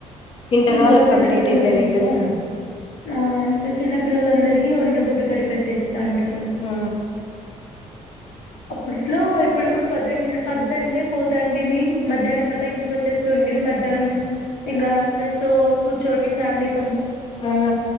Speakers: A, on the left (about 45°); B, on the left (about 80°).
A: ఇంటర్
B: ఇ
A: వాళ్ళకి
B: చిన్న
A: కంప్లీట్
B: పిల్లందరికి
A: అయిపోయినాయి కదా
B: ఆ ఇంకా చిన్న పిల్లలందరికీ వంటపుట్టబడి పెట్టినారు అంటారు
A: ఆ,
B: అప్పుడుట్లో ఇప్పుడప్పుడు పద్ద పద్దన్న పోతాంటిమి మధ్యాహ్నం కల్లా ఇంటికి వచ్చేస్తు ఉండడి మధ్యాహ్నం ఇంకా అందరితో కూర్చోని ఫ్యామిలీ
A: ఆ